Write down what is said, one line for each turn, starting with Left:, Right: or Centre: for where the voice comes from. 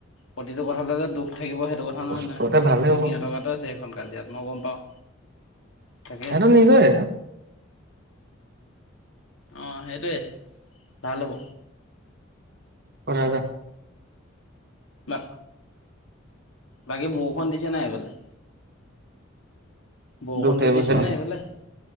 Left: প্ৰতিটো কথাতে যে দুখ থাকিব সেইটো কথা নহয়
Right: ওচৰতে
Left: নহয়।
Right: ভালে
Left: দুখ
Right: হ'ব
Left: সিহঁতৰ গাতো আছে সেইখন কাজিয়াত, মই গম পাওঁ। তাকে
Right: ইহঁতৰ নিজৰেই।
Left: অ' সেইটোৱে ভাল হ'ব।
Right: কথাটা
Left: বা বাকী বৰষুণ দিছে নাই সেইফালে? বৰষুণটো
Right: দুখ থাকিব
Left: দিছে
Right: সেই
Left: নে সেইফালে?